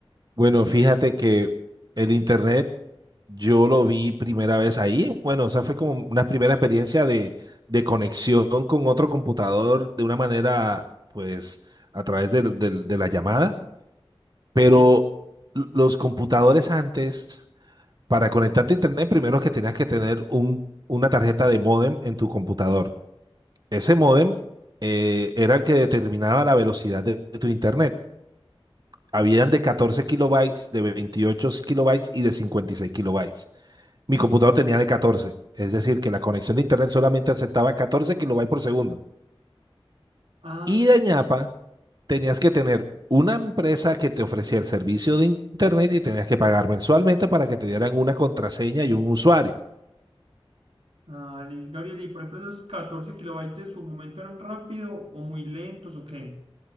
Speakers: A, on the right; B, on the right.
A: Bueno, fíjate que el Internet Yo lo vi primera vez ahí. Bueno, o sea, fue como una primera experiencia de, de conexión con otro computador de una manera, pues, a través del- del- de, la llamada. Pero
B: sí
A: l- los computadores antes, para conectarte a internet, primero que tenías que tener un, una tarjeta de módem en tu computador. Ese módem eh, era el que determinaba la velocidad de, de tu internet. Habían de 14 kilobytes, de 28 kilobytes y de cincuenta y seis kilobytes mi computador tenía de 14, es decir, que la conexión de internet solamente aceptaba 14 kilobytes por segundo.
B: Ah.
A: Y de ñapa, tenías que tener una empresa que te ofrecía el servicio de internet y tenías que pagar mensualmente para que te dieran una contraseña y un usuario.
B: Ah, li- Gabriel, y por ejemplo, los 14 kilobytes en su momento eran rápido o muy lentos o qué?